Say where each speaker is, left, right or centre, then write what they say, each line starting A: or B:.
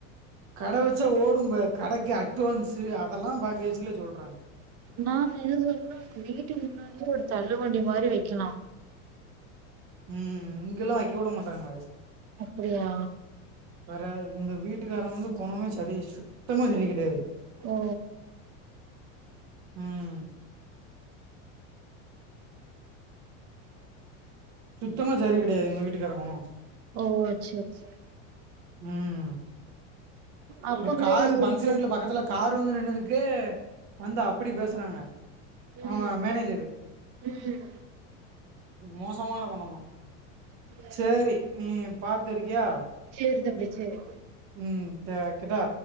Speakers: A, on the right; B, on the right.
A: கட வச்சா ஓடும்பே கடைக்கு அட்வான்ஸ்ஸூ அதெல்லா பாக்கி வச்சுல சொல்றே
B: நா என்ன சொல்றோ வீட்டுக்கு முன்னாடியே ஒரு தள்ளு வண்டி மாரி வைக்கலா
A: ம் இங்கல்லா வைக்க விட மாட்டாங்க
B: அப்டியா
A: வேற இந்த வீட்டுக்கார வந்து கொணமே சரி சுத்தமா சரி கெடையாது
B: ஓ
A: ம் சுத்தமா சரி கெடையாது எங்க வீட்டுக்காரு கொணோ
B: ஓ சேர் சேரி
A: ம்
B: அப்ப
A: ஒரு
B: வந்து
A: காரு பஞ்சர்
B: இப்போ
A: நட்ல பக்கத்துல கார் வந்து நின்னதுக்கே வந்து அப்டி பேசுறாங்க
B: ம்
A: அவ மேனேஜரு
B: ம் ம்
A: மோசமான கொணமா
B: அப்டியா
A: சேரி நீ பாத்துருக்கியா
B: சேரி தம்பி சேரி
A: ம் சேரி வைக்கட்டா